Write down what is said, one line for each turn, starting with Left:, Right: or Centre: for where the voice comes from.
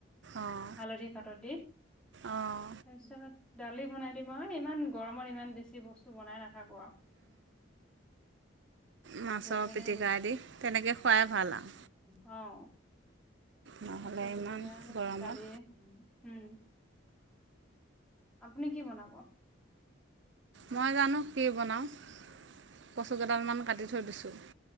Right: অঁ
Centre: হালধি পাতত দি
Right: অঁ
Centre: তাৰপিছত দালি বনাই দিম আৰু ন ইমান গৰমত ইমান বেছি বস্তু বনাই নাথাকো আৰু
Right: মাছৰ
Centre: যেনেে
Right: পিটিকাই দি তেনেকৈ খোৱাই ভাল আৰু
Centre: অ
Right: নহ'লে
Centre: মাছৰ পিটিকা
Right: ইমান
Centre: তাৰপত
Right: গৰমত
Centre: দালি হম আপুনি কি বনাব?
Right: মই জানো কি বনাওঁ কচু কেইডালমান কাটি থৈ দিছোঁ